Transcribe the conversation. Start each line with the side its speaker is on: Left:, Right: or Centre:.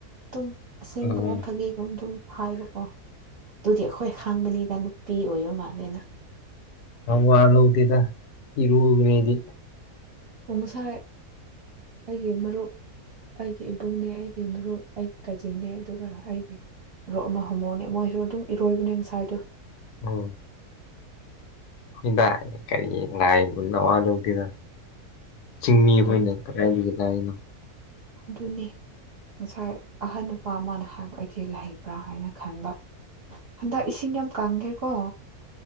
Right: ꯇꯨꯝ ꯑꯁꯦꯡꯕꯒꯨꯝ
Left: ꯎꯝ
Right: ꯐꯥꯒꯤꯒꯨꯝ ꯑꯗꯨꯝ ꯍꯥꯏꯕꯀꯣ ꯑꯗꯨꯗꯤ ꯑꯈꯣꯏ ꯍꯪꯕꯅꯤꯗ ꯄꯤ ꯑꯣꯏꯕ ꯃꯥꯜꯂꯦ ꯅꯪ
Left: ꯋꯥ ꯂꯧꯗꯦꯗ ꯏꯔꯨꯈ꯭ꯔꯦꯗꯤ
Right: ꯑꯣ ꯄꯨꯡꯁꯥꯏ ꯑꯩꯒꯤ ꯃꯔꯨꯞ ꯑꯩꯒꯤ ꯏꯕꯨꯡꯅꯦ ꯑꯩꯒꯤ ꯃꯔꯨꯞ ꯑꯩꯒꯤ ꯀꯖꯤꯟꯅꯦ ꯑꯗꯨꯒ ꯑꯩꯒꯤ ꯔꯣꯛ ꯑꯃ ꯍꯣꯃꯣꯅꯦ ꯃꯣꯏꯁꯨ ꯑꯗꯨꯝ ꯏꯔꯣꯏꯕꯅꯦ ꯉꯁꯥꯏꯗꯣ
Left: ꯎꯝ <unintelligible> ꯅꯋꯥ ꯂꯧꯗꯦꯗ ꯆꯤꯡꯃꯤ
Right: ꯑꯗꯨ
Left: ꯑꯈꯣꯏꯅ ꯀꯗꯥꯏꯗꯒꯤ ꯂꯥꯛꯏꯅꯣ
Right: ꯑꯗꯨꯅꯦ ꯉꯁꯥꯏ ꯑꯍꯟ ꯅꯨꯄꯥ ꯑꯃꯅ ꯍꯥꯏꯕ ꯑꯩꯗꯤ ꯂ ꯍꯥꯏꯅ ꯈꯟꯕ ꯍꯟꯗꯛ ꯏꯁꯤꯡ ꯌꯥꯝ ꯀꯪꯒꯦꯀꯣ